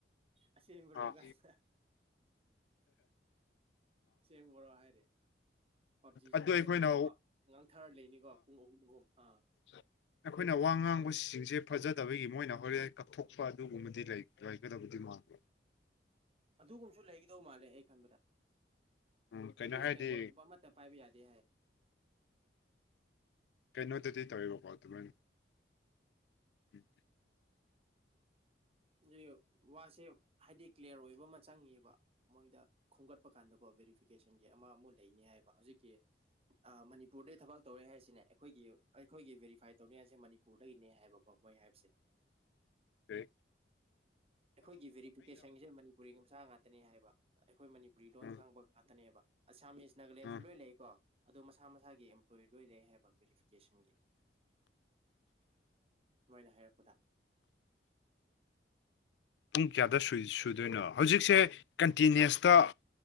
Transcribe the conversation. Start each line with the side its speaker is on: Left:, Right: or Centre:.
Right: ꯑꯁꯦꯡꯕꯔꯣ
Left: ꯑ
Right: ꯀꯥꯏꯅ ꯏꯆꯦꯝ ꯕꯣꯔꯣ ꯍꯥꯏꯔꯦ ꯄꯞꯖꯤ ꯁꯥꯟꯅꯗꯕꯤꯗꯀꯣ
Left: ꯑꯗꯨ ꯑꯩꯈꯣꯏꯅ
Right: ꯑꯉꯥꯡꯊꯥꯔ ꯂꯩꯅꯤꯀꯣ ꯄꯨꯡ ꯑꯍꯨꯝ ꯑꯍꯨꯝ ꯑꯥ
Left: ꯑ ꯑꯩꯈꯣꯏꯅ ꯋꯥ ꯉꯥꯡꯕꯁꯤꯡꯁꯦ ꯐꯖꯗꯕꯒꯤ ꯃꯣꯏꯅ ꯍꯣꯔꯦꯟ ꯀꯛꯊꯣꯛꯄ ꯑꯗꯨꯒꯨꯝꯕꯗꯤ ꯂꯩꯒꯗꯕꯗꯤ ꯃꯥꯜꯂꯦ
Right: ꯑꯗꯨꯒꯨꯝꯕꯁꯨ ꯂꯩꯒꯗꯧ ꯃꯥꯜꯂꯦ ꯑꯩ ꯈꯟꯕꯗ
Left: ꯎꯝ ꯀꯩꯅꯣ
Right: ꯑꯗꯨ ꯏꯁ꯭ꯂꯦꯡꯕꯣꯔꯗꯀꯨꯝꯕ
Left: ꯍꯥꯏꯔꯗꯤ
Right: ꯑꯃ ꯄꯥꯏꯕꯤ ꯌꯥꯗꯦ
Left: ꯀꯩꯅꯣꯗꯗꯤ ꯇꯧꯋꯦꯕꯀꯣ ꯑꯗꯨꯃꯥꯏꯅ ꯎꯝ
Right: ꯑꯗꯨ ꯋꯥꯁꯦ ꯍꯥꯏꯗꯤ ꯀ꯭ꯂꯤꯌꯥꯔ ꯑꯣꯏꯕ ꯑꯃ ꯆꯪꯉꯦꯕ ꯃꯣꯏꯗ ꯈꯣꯝꯒꯠꯄ ꯀꯥꯟꯗꯀꯣ ꯕꯦꯔꯤꯐꯤꯀꯦꯁꯟꯒꯤ ꯑꯃ ꯑꯃꯨꯛ ꯂꯩꯅꯤ ꯍꯥꯏꯕ ꯍꯧꯖꯤꯛꯀꯤ ꯃꯅꯤꯄꯨꯔꯗꯩ ꯊꯕꯛ ꯇꯧꯔꯦ ꯍꯥꯏꯁꯤꯅꯦ ꯑꯩꯈꯣꯏꯒꯤ ꯑꯩꯈꯣꯏꯒꯤ ꯕꯦꯔꯤꯐꯥꯏ ꯇꯧꯅꯤꯡꯉꯁꯦ ꯃꯅꯤꯄꯨꯔꯗꯒꯤꯅꯦ ꯍꯥꯏꯕꯀꯣ ꯑꯣ ꯃꯣꯏ ꯍꯥꯏꯕꯁꯦ
Left: ꯑꯦ
Right: ꯑꯩꯈꯣꯏꯒꯤ ꯕꯦꯔꯤꯐꯤꯀꯦꯁꯟꯁꯦ ꯃꯅꯤꯄꯨꯔꯤ ꯃꯆꯥ ꯉꯇꯅꯦ ꯍꯥꯏꯕ ꯑꯩꯈꯣꯏ ꯃꯅꯤꯄꯨꯔꯤ ꯂꯣꯟ
Left: ꯎꯝ ꯎꯝ
Right: ꯈꯪꯕ ꯉꯥꯛꯇꯅꯦꯕ ꯑꯁꯥꯃꯤꯁ ꯅꯥꯒꯥꯂꯦꯟꯁꯨ
Left: ꯎꯝ
Right: ꯂꯣꯏꯅ ꯂꯩꯀꯣ ꯑꯗꯣ ꯃꯁꯥ ꯃꯁꯥꯒꯤ ꯑꯦꯝꯄ꯭ꯂꯣꯌ ꯂꯣꯏ ꯂꯩ ꯍꯥꯏꯕ ꯕꯦꯔꯤꯐꯤꯀꯦꯁꯟꯒꯤ ꯃꯣꯏꯅ ꯍꯥꯏꯔꯛꯄꯗ
Left: ꯄꯨꯡ ꯀꯌꯥꯗ ꯁꯨꯗꯣꯏꯅꯣ ꯍꯧꯖꯤꯛꯁꯦ ꯀꯟꯇꯤꯅꯤꯁꯇ